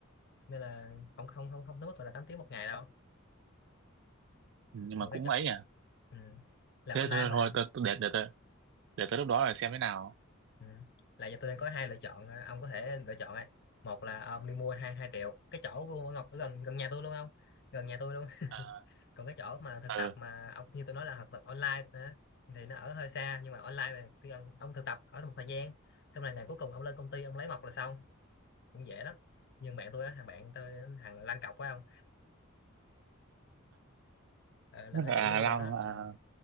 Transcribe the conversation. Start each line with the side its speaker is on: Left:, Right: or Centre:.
Left: nên là không không không không tới mức gọi là 8 tiếng một ngày đâu
Right: nhưng
Left: còn
Right: mà cũng
Left: cái chọn
Right: ấy nhỉ
Left: ừ. làm
Right: thế
Left: online
Right: thôi
Left: mà
Right: thôi
Left: anh
Right: tôi tôi- để để tôi để tới lúc đó là xem thế nào
Left: ừ. là giờ tôi đang có hai lựa chọn à, ông có thể lựa chọn ấy một là à, ông đi mua hai hai triệu cái chỗ của Ngọc ở gần gần nhà tôi luôn không gần nhà tôi luôn <laughs>
Right: à,
Left: còn cái chỗ mà thực
Right: ừ
Left: tập mà ông như tôi nói là thực tập online á, thì nó ở hơi xa nhưng mà online mà khi ông, ông thực tập ở một thời gian xong là ngày cuối cùng ông lên công ty ông lấy mộc là xong cũng dễ lắm nhưng bạn tôi á thằng bạn tôi á, thằng lăn cọc phải không Ờ, là nó
Right: à,
Left: chỉ tôi
Right: Long
Left: cái chỗ đó
Right: à,
Left: ừ.